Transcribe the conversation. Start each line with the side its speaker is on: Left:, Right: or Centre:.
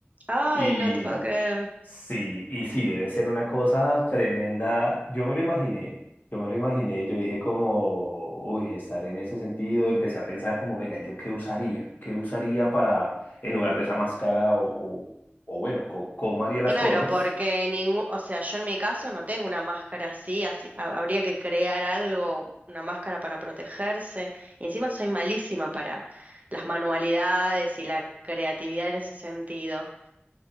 Right: Ay,
Left: y
Right: no te puedo creer.
Left: Sí, y sí, debe ser una cosa tremenda. Yo me lo imaginé, yo me lo imaginé, yo dije como, uy, estar en ese sentido, empecé a pensar como, venga, ¿yo qué usaría? ¿Qué usaría para, en lugar de esa máscara o, o, o bueno, co- cómo haría las
Right: Claro,
Left: cosas?
Right: porque ningún, o sea, yo en mi caso no tengo una máscara así, así ha- habría que crear algo, una máscara para protegerse. Y encima soy malísima para las manualidades y la creatividad en ese sentido.